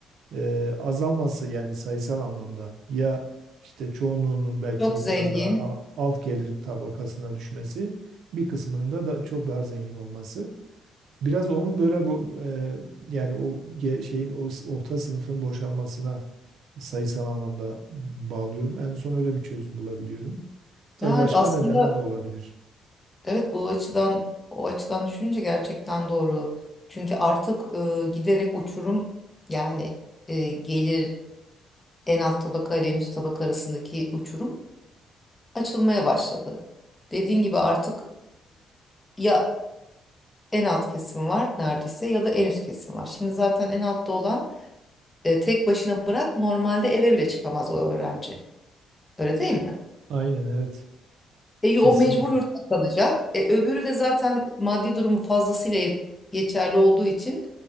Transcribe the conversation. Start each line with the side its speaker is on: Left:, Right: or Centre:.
Right: e, azalması yani sayısal anlamda ya işte çoğunluğunun belki
Left: Çok zengin.
Right: biraz daha a- alt gelir tabakasına düşmesi bir kısmının da, da çok daha zengin olması. Biraz onun böyle bu e, yani o ge- şeyin o s- orta sınıfın boşalmasına sayısal anlamda bağlıyorum. En son öyle bir çözüm bulabiliyorum. Tabii
Left: Ya
Right: başka
Left: aslında
Right: nedenler de olabilir.
Left: evet bu açıdan o açıdan düşününce gerçekten doğru. Çünkü artık e, giderek uçurum yani e, gelir en alt tabaka ile en üst tabaka arasındaki uçurum açılmaya başladı. Dediğin gibi artık e, ya en alt kesim var neredeyse ya da en üst kesim var. Şimdi zaten en altta olan E, tek başına bırak normalde eve bile çıkamaz o öğrenci. Öyle değil mi?
Right: Aynen evet.
Left: E,
Right: Kesinlikle.
Left: o mecbur yurtta kalacak. E, öbürü de zaten maddi durumu fazlasıyla yet- geçerli olduğu için